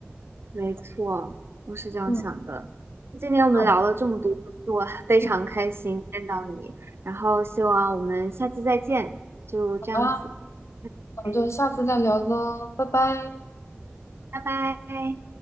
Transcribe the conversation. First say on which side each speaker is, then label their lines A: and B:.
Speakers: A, on the right; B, on the left.
A: 没错，我是这样想的。
B: 嗯，
A: 今天我们聊了这么多，
B: 那我们
A: 我非常开心见到你，
B: 嗯
A: 然后希望我们下次再见，就这样子，
B: 好啦，我们就下次再聊喽，
A: 嗯
B: 拜拜。
A: 拜拜。